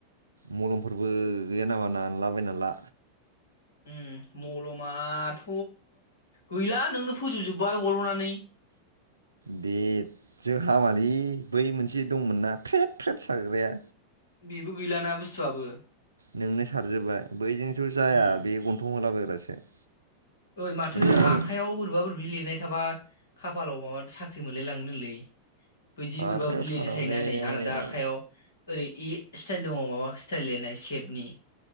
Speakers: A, on the right; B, on the left.
A: मलमफोरबो गैया नामा नालाबायना ला
B: ओम मलमाथ गैला नोंनो फोजोब जोब्बाय हलनानै
A: बे जों हामालै बै मोनसे दंमोन ना फ्रेब फ्रेब साग्राया
B: बेबो गैलाना बुस्थुआबो
A: नोंनो सारजोबबाय बैजों थ जाया
B: उम
A: बे गन्थं <inaudible>
B: ओइ माथो
A: मोनसे मल
B: आखायाव बोरैबा बोरैबि लिरनाय थाबा खाफालाव माबा साख्रि मोनलाय लाङोनोलै बैदि बोरैबा
A: आखाइयाव
B: बोरैबि
A: थानांगौलै
B: लिरनाय थायोना नै आंना दा आखायाव ओरै ए स्टाइल दङ माबा स्टाइल लिरनाय सेपनि